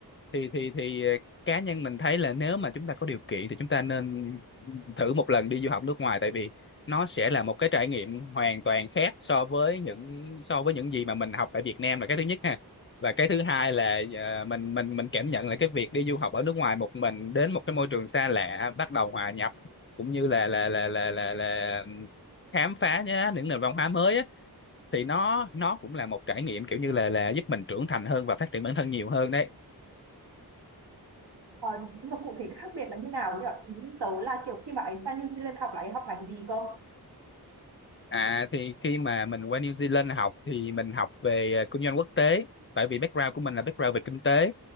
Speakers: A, on the left; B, on the right.
A: thì thì thì ờ, cá nhân mình thấy là nếu mà chúng ta có điều kiện thì chúng ta nên thử một lần đi du học nước ngoài tại vì nó sẽ là một cái trải nghiệm hoàn toàn khác so với những so với những gì mà mình học ở Việt Nam là cái thứ nhất ha. Và cái thứ hai là ờ, mình mình mình cảm nhận là cái việc đi du học ở nước ngoài một mình đến một cái môi trường xa lạ bắt đầu hòa nhập cũng như là là là là là, là khám phá nhá, những nền văn hóa mới á thì nó nó cũng là một trải nghiệm kiểu như là là giúp mình trưởng thành hơn và phát triển bản thân nhiều hơn đấy
B: Ờ, nhưng mà cụ thể khác biệt là như nào ấy nhở? Ý tớ là kiểu khi mà ấy sang New Zealand học là ấy học ngành gì cơ?
A: à thì khi mà mình qua New Zealand học thì mình học về ờ, kinh doanh quốc tế tại vì background của mình là background về kinh tế